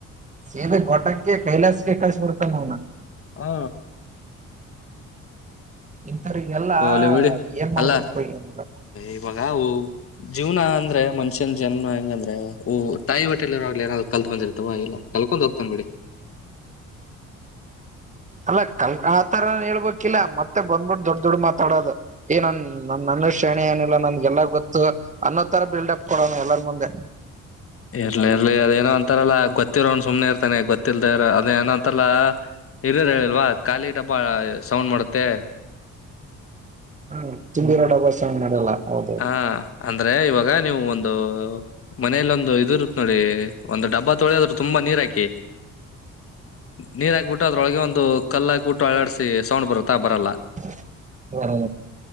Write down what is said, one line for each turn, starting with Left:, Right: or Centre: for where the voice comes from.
Right: ಸೇವೆ ಟಾಕ್ಕೆ ಕೈಲಾಸಿಗೆ ಕಳ್ಸಿಬಡ್ತಾನ ನವ್ನ.
Left: ಹಾ
Right: ಇಥವರಿಗೆಲ್ಲಾ
Left: ಹೋಗ್ಲಿ ಬಿಡಿ
Right: ಏನ್ ಮಾಡ್ಬೇಕು
Left: ಅಲ್ಲ
Right: ಎನ್ ಎನ್ ಬಿಡೋದು
Left: ಇವಾಗ ಅವು ಜೀವನ ಅಂದ್ರೆ ಮನ್ಷ ಜನ್ಮ ಹೆಂಗಂದ್ರೆ ತಾಯಿ ಹೋಟೆಲಿ ಇರ್ವಗ್ಲೆ ಏನ್ ಕಲ್ತ್ ಬಂದಿತ್ತ ಅವಾ ಇಲ್ಲ ಕಲ್ಕೊಂಡ ಹೋಗ್ತಾನ ಬಿಡಿ.
Right: ಅಲ್ಲ ಕಲ್ ಆತರ ಹೇಳ್ಬೇಕಿಲ್ಲ ಮತ್ತೆ ಬಂದ್ಬಿಟ್ಟ ದೊಡ್ಡ ದೊಡ್ ಮಾತಾಡೋದು ಏನನ್ ನನ್ನ ಶಾನೆ ಏನಿಲ್ಲ ನನ್ಗೆಲ್ಲ ಗೊತ್ತು ಅನ್ನೋ ತರ ಬಿಲ್ಡ್ ಅಪ್ ಕೊಡೋಣ ಎಲ್ಲರ ಮುಂದೆ.
Left: ಇರ್ಲಿ ಇರ್ಲಿ ಅದೇ ಏನೋ ಅಂತಾರಲ್ಲ ಗೊತ್ತಿರಣ ಸುಮ್ನೆ ಇರ್ತಾನೆ ಗೊತ್ತಿಲ್ದ ಅದ ಏನೋ ಅಂತಲ್ಲ. ಇರಿರ್ ಹೇಳಿಲ್ವಾ ಖಾಲಿ ಗಟ್ಟಪ್ಪ ಸೌಂಡ್ ಮಾಡತ್ತೆ.
Right: ಹಾ ತುಂಬಿರೋ ಡಬ್ಬ ಸೌಂಡ್ ಮಾಡಲ್ಲ. ಹೌದೌದು
Left: ಹಾ ಅಂದ್ರೆ ಇವಾಗ ನೀವು ಒಂದು. ಮನೇಲಿ ಒಂದು ಇದ ಇರುತ್ತ ನೋಡಿ ಒಂದು ಡಬ್ಬಾ ತೊಳಿದ್ರೂ ತುಂಬಾ ನೀರ್ ಹಾಕಿ. ನೀರ್ ಹಾಕ್ಬಿಟ್ಟು ಅದ್ರೊಳಗೆ ಒಂದು ಕಲ್ಲ ಹಾಕ್ಬಿಟ್ಟು ಅಳಾಡ್ಸಿ ಸೌಂಡ್ ಬರುತ್ತಾ ಬರಲ್ಲ.
Right: ಹ್ಮ